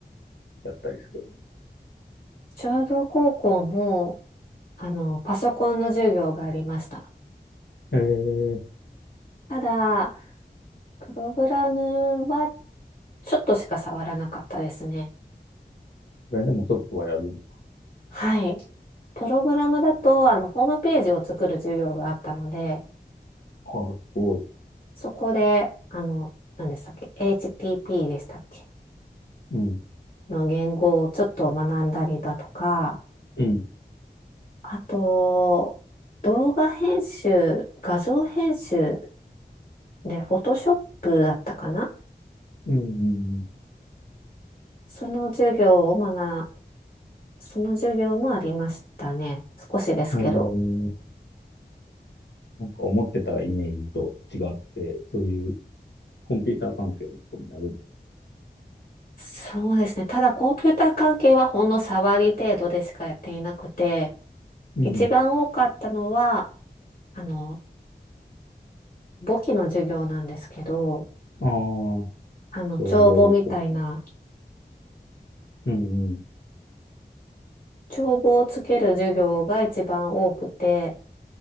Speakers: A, on the left; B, on the left.
A: やったりするの
B: 商業高校もあの、パソコンの授業がありました。
A: えー、
B: ただ、プログラムはちょっとしか触らなかったですね。
A: それでもちょっとはやるんだ。
B: はい。プログラムだと、あの、ホームページを作る授業があったので、
A: ああ、すごい。
B: そこで、あの、何でしたっけ ?HTP でしたっけ
A: うん。
B: の言語をちょっと学んだりだとか、
A: うん。
B: あと、動画編集、画像編集で、フォトショップだったかな
A: うん。うんうん
B: その授業を学その授業もありましたね。少しですけど。
A: えー、なんか思ってたイメージと違って、そういうコンピューター関係のこともやる。
B: そうですね。ただコンピューター関係はほんの触り程度でしかやっていなくて、
A: うん。
B: 一番多かったのは、あの、簿記の授業なんですけど、
A: ああ、
B: あの、
A: 商業高校。
B: 帳簿みたいな、
A: うんうん。
B: 帳簿をつける授業が一番多くて、